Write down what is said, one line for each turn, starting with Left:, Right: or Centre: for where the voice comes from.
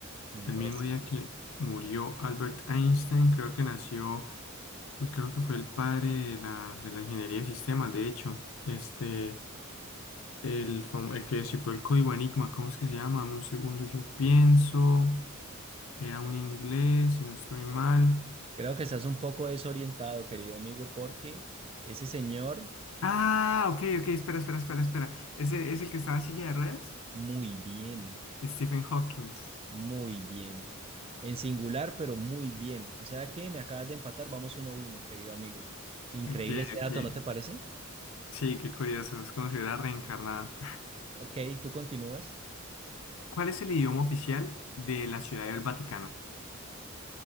Right: Impresionante.
Left: el mismo día que murió Albert Einstein, creo que nació, uy, creo que fue el padre de la, de la ingeniería de sistemas, de hecho. Este, el, fam- el que descifró el código Enigma, ¿cómo es que se llama? Dame un segundo, yo pienso. Era un inglés, si no estoy mal.
Right: Creo que estás un poco desorientado, querido amigo, porque ese señor,
Left: Ah, ok, ok, espera, espera, espera, espera. ¿Ese es el que estaba en silla de ruedas?
Right: muy bien,
Left: Stephen Hawking.
Right: muy bien. En singular, pero muy bien. O sea que me acabas de empatar, vamos uno a uno, querido amigo. Increíble
Left: Que,
Right: ese dato,
Left: que-
Right: ¿no te parece?
Left: sí, qué curioso. Es como si hubiera reencarnado.
Right: Ok, tú continúas.
Left: ¿Cuál es el idioma oficial de la Ciudad del Vaticano?